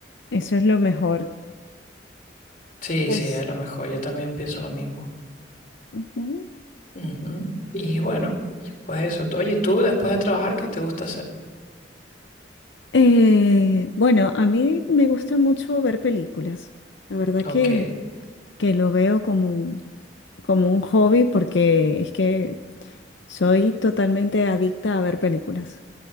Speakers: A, on the left (about 80°); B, on the left (about 50°).
A: eso es lo mejor.
B: sí,
A: Pues,
B: sí, es lo mejor, yo también pienso lo mismo.
A: ujú.
B: Ujú. Y bueno, pues eso. Oye, ¿y ¿tú después de trabajar qué te gusta hacer?
A: Eh, bueno, a mí me gusta mucho ver películas. La verdad
B: Ok,
A: que, que lo veo como, como un hobby porque es que soy totalmente adicta a ver películas.